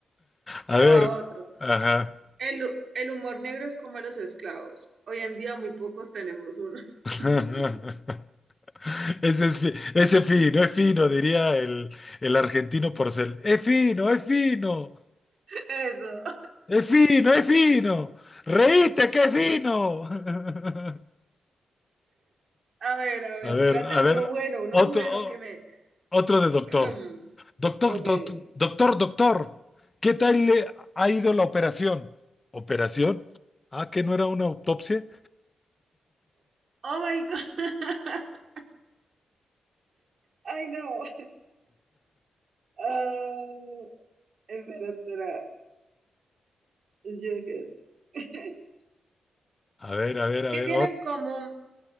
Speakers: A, on the left; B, on the right.
A: A
B: Te
A: ver,
B: va otro.
A: ajá.
B: El, hu- el humor negro es como los esclavos. Hoy en día muy pocos tenemos uno.
A: <laughs>
B: <laughs>
A: Ese es, fi- ese fino, es fino, diría el, el argentino Porcel. Es fino, es fino,
B: Eso. <laughs>
A: es fino, es fino. Reíste, que es fino. <laughs>
B: A ver, a ver,
A: A ver,
B: tírate
A: a
B: uno
A: ver,
B: bueno, uno
A: otro,
B: bueno
A: o-
B: que me...
A: otro de doctor.
B: <clears throat>
A: Doctor,
B: Ok.
A: doc- doctor, doctor, ¿qué tal le ha ido la operación? ¿Operación? Ah, que no era una autopsia.
B: Oh my God. <laughs> Ay, no. Ah, espera, espera. Yo creo. <laughs>
A: A ver, a ver, a
B: ¿Qué
A: ver.
B: tienen
A: ot-
B: en común?